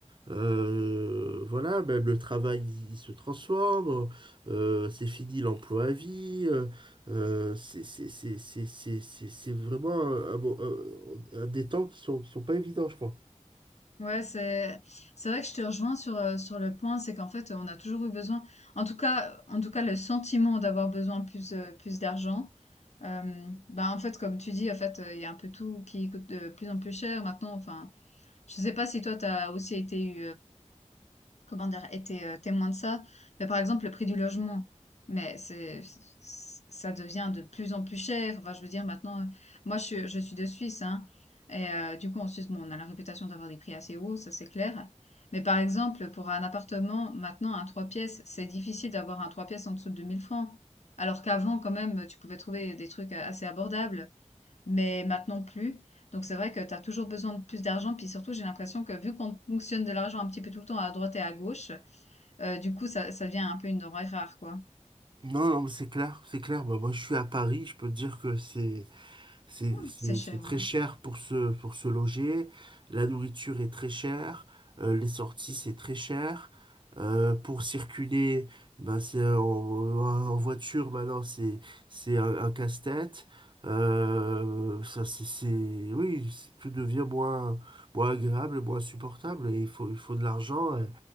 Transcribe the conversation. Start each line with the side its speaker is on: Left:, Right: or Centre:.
Right: euh, voilà, même le travail, il, il se transforme. euh, c'est fini l'emploi à vie. euh, euh, c'est c'est- c'est- c'est- c'est- c'est- c'est vraiment un- un bon- un- un des temps qui sont, qui sont pas évidents, je pense.
Left: Ouais, c'est c'est vrai que je te rejoins sur, euh, sur le point, c'est qu'en fait, on a toujours eu besoin, en tout cas, en tout cas, le sentiment d'avoir besoin plus, euh, plus d'argent. Euh, bah, en fait, comme tu dis, en fait, euh, il y a un peu tout qui coûte euh, de plus en plus cher maintenant. Enfin, je sais pas si toi, t'as aussi été comment dire, été euh, témoin de ça. Mais par exemple, le prix du logement, mais c'est, c'est- ça devient de plus en plus cher. Enfin, je veux dire, maintenant, euh, moi, je, suis- je suis de Suisse, hein, et euh, du coup, en Suisse, bon, on a la réputation d'avoir des prix assez hauts, ça c'est clair. Mais par exemple, pour un appartement, maintenant, un trois pièces, c'est difficile d'avoir un trois pièces en dessous de 2000 francs. Alors qu'avant, quand même, tu pouvais trouver des trucs assez abordables mais maintenant plus. Donc c'est vrai que tu as toujours besoin de plus d'argent. Puis surtout, j'ai l'impression que vu qu'on fonctionne de l'argent un petit peu tout le temps à droite et à gauche, euh, du coup, ça, ça devient un peu une denrée rare, quoi.
Right: Non, non, mais c'est clair, c'est clair. Bah, moi, je suis à Paris, je peux te dire que c'est C'est
Left: Hum,
Right: c'est-
Left: C'est cher,
Right: c'est très
Left: ouais.
Right: cher pour se, pour se loger. La nourriture est très chère. Euh, les sorties, c'est très cher. Euh, pour circuler, ben, c'est en, en voiture, maintenant, c'est, c'est un, un casse-tête. Euh, ça, c'est, c'est- oui, c'est- tout devient moins, moins agréable, moins supportable. Et il faut, il faut de l'argent. Et,